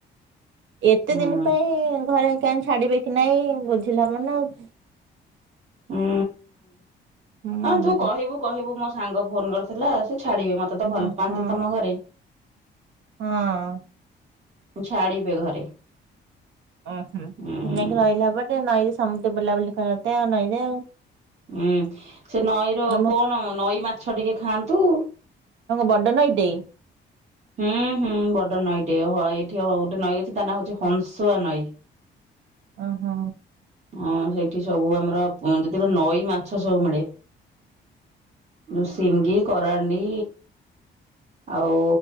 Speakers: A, on the right; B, on the right.
A: ଏତେ
B: ହୁଁ
A: ଦିନ ପାଇଁ ଘର କାହିଁ ଛାଡିବେ କି ନାଇଁ ବୁଝିଲେ ହବ ନା ଆଉ।
B: ହୁଁ
A: ହୁଁ
B: ହଁ ତୁ କହିବୁ କହିବୁ ମୋ ସାଙ୍ଗ ଫୋନ୍ କରିଥିଲା ସେ ଛାଡିବେ ମତେ। ତ ଭଲ
A: ଓହୋ।
B: ପାଆନ୍ତି ତମ ଘରେ
A: ହଁ।
B: ଛାଡ଼ିବେ ଘରେ।
A: ଓ ହୁ
B: ହୁଁ
A: ରହିଲା ଟେ ନଈରେ ସମସ୍ତେ ବୁଲାବୁଲି କର ଆଉ ନଈରେ ଆଉ।
B: ହୁଁ ସେ ନଈର
A: ତମ
B: କଣ ନଈ ମାଛ ଟିକେ ଖାଆନ୍ତୁ।
A: ବଡ ନଈ ଟେ।
B: ହୁଁ ହୁଁ ବଡ ନଈଟେ ହ ଏଇଠି ଗୋଟେ ନଈ ଅଛି ତା ନାଁ ହଉଛି ହଂସୁଆ ନଈ।
A: ଓହୋ।
B: ହଁ ସେଇଠି ସବୁ ଆମର ଯେତେବେଳେ ନଈ ମାଛ ସବୁ ମିଳେ। ଶିଙ୍ଗ କରାଣ୍ଡି ଆଉ